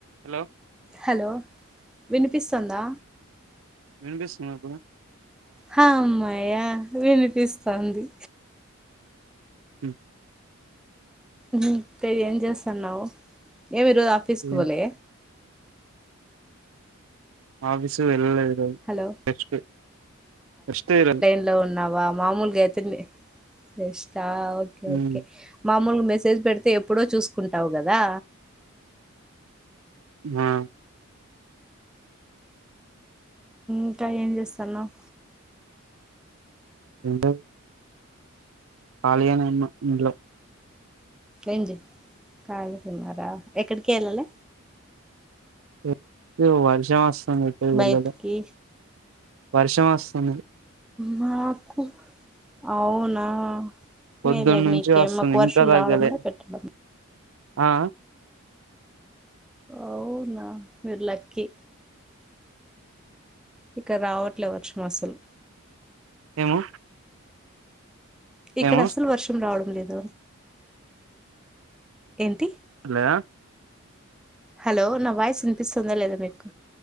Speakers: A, on the right; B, in the centre.
A: హలో
B: హలో వినిపిస్తుందా
A: వినిపిస్తుందండి
B: హమ్మయ్య వినిపిస్తాంది
A: హ్మ్
B: ఇంకా ఏం చేస్తాన్నావు ఏమి ఈరోజు ఆఫీస్కి
A: ఏం
B: పోలే
A: ఆఫీస్ కి వెళ్లలేదు ఈరోజు
B: హలో
A: రెస్ట్ రెస్ట్ ఈరోజు
B: ఇంట్లో ఉన్నావా మామూలుగా అయితే రెస్టా ఓకే ఓకే
A: ఉమ్,
B: మామూలుగా మెసేజ్ పెడితే ఎప్పుడో చూసుకుంటావు కదా
A: ఆ
B: ఇంకా ఏం చేస్తన్నావ్
A: ఎంటది ఖాళీగానే ఉన్న ఇంట్లో
B: ఏంది ఖాళీగా ఉన్నారా ఎక్కడికి వెళ్ళలే
A: ఏ, వర్షం వస్తంది ఎక్కడికి
B: బయటికి
A: వెల్లలే వర్షం వస్తంది
B: మాకు అవునా
A: పొద్దున్న
B: మేలే
A: నుంచి
B: మీకే
A: వస్తుంది
B: మాకు వర్షం
A: ఇంకా తగ్గలే
B: రావడంలే పెట్టడం
A: ఆ
B: అవునా మీరు లక్కీ ఇక్కడ రావట్లే వర్షం అసలు
A: ఏమో
B: ఇక్కడ
A: ఏమో
B: అస్సలు వర్షం రావడం లేదు అంటి
A: హాలో
B: హలో నా వాయిస్ వినిపిస్తుందా లేదా మీకు